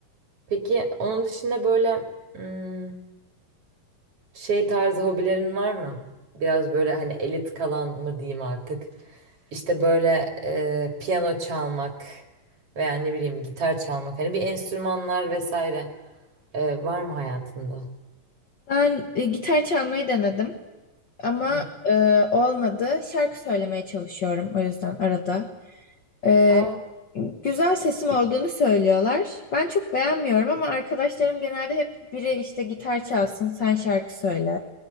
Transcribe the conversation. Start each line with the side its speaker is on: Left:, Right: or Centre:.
Right: Peki onun dışında böyle hmm, şey tarzı hobilerin var mı? Biraz böyle hani elit kalan mı diyeyim artık? İşte böyle e, piyano çalmak veya ne bileyim gitar çalmak hani bir enstrümanlar vesaire e, var mı hayatında?
Left: Ben e, gitar çalmayı denedim ama
Right: Hı.
Left: e, olmadı. Şarkı söylemeye çalışıyorum o yüzden arada. E,
Right: Aa,
Left: güzel sesim olduğunu söylüyorlar. Ben çok beğenmiyorum ama arkadaşlarım genelde hep biri işte gitar çalsın, sen şarkı söyle.